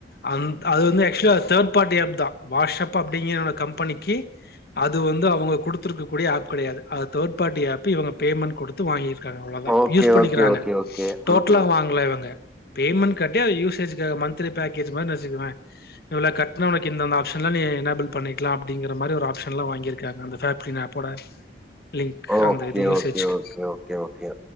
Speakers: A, on the left (about 55°); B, in the centre.
A: அதுன்தா அது வந்து ஆக்சுலா அது தேட் பார்ட்டி ஆப்தா வாஷ் அப் அப்டிங் என்னோட கம்பனிக்கு அது வந்து அவுங்க குடுத்துருக்க கூடிய ஆப் கெடையாது அது தேட் பார்ட்டி ஆப்பு இவுங்க பேமெண் குடு த்து வாங்யிருக்காங்க அவ்ளோதா
B: ஓகே
A: யூஸ் பண்ணிக்கிறாங்க
B: ஓகே ஓகே ஓகே
A: டோட்லா
B: ம் ம்
A: வாங்ள இவங் க பேமெண்ட் கட்டி அது யூசேஜுகாக மந்திலி பேக்கேஜ் மாரி நென்ச்சுகுவே இவுளோ கட்ணா உனக்கு இந்தந்த ஆப்ஷன்லா நீ எனபில் பண்ணிக்லா அப்டிங்கிற மாரி ஒரு ஆப்ஷன்ல வாங்கிருக்காங்க‌ அந்த ஃபேப்ரின் ஆப்போட லிங்க்
B: ஓகே
A: அந்த இது யூசேஜ்க்கு
B: ஓகே ஓகே ஓகே ஓகே